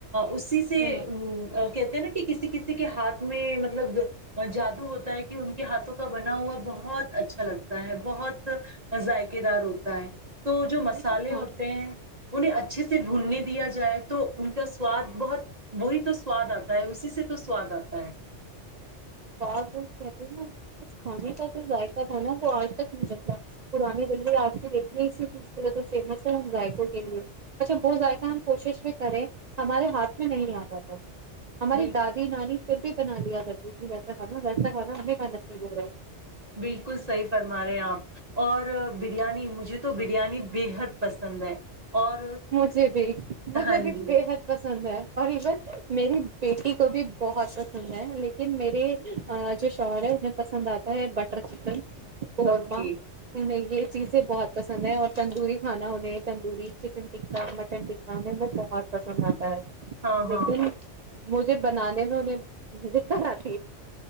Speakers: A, on the right; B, on the right.
A: اس کی سے
B: ہاں
A: ا کہتے ہیں نا کہ کسی کسی کے ہاتھ میں مطلب جادو ہوتا ہے کہ ان کے ہاتھوں کا بنا ہوا بہت اچھا لگتا ہے بہت ذائقے دار ہوتا ہے تو جو مسالے
B: وہ کھا
A: ہوتے ہیں انہیں اچھے سے بھونڈنے دیا جائے تو ان کا سواد بہت وہی تو سواد آتا ہے اسی سے تو سواد آتا ہے
B: ب وہ کہتے ہیں نا اس کھانے کا جو ذائقہ تھا نا وہ آج تک نہیں جلتا پرانی دللی آج کی دیکھیے اسی چیز کے فیمس ہے ہم ذائقوں کے لیے اچھا وہ ذائقہ ہم کوشش بھی کریں ہمارے ہاتھ میں نہیں آتا تھا ہماری
A: بال
B: دادی نانی پھر بھی بنا دیاتاری جی ویسا کھانا ویسا کھانا ہمیں کا نصیب ہو رہا ہے
A: بالکل صحیح فرما رہے ہیں آپ اور بریانی مجھے تو بریانی بےحد پسند ہے اور
B: مجھے بھی مجھے
A: ہاں
B: بھی
A: جی
B: بےحد پسند ہے اور ایون میری بیٹی کو بھی بہت پسند ہے لیکن میرے جو شوہر ہے انہیں پسند آتا ہے بٹر چکن اورورمہ
A: اوکے
B: ہ م یہ چیزیں بہت پسند ہے اور تندوری کھانا انہیں تندوری ن ٹکا مٹن ٹکا م بہت پسند آ
A: ہاں
B: لیکن
A: ہاں
B: مجھے بنانے میں انہیں وز کرر